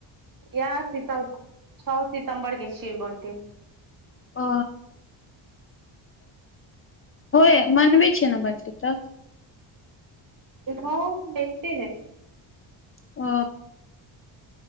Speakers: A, on the right; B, on the left.
A: यएह सितम छओ सितम्बर के छियै बर्थडे
B: ओ होय मनबै छिय ने बडे तऽ
A: हँ मेनते है
B: ओ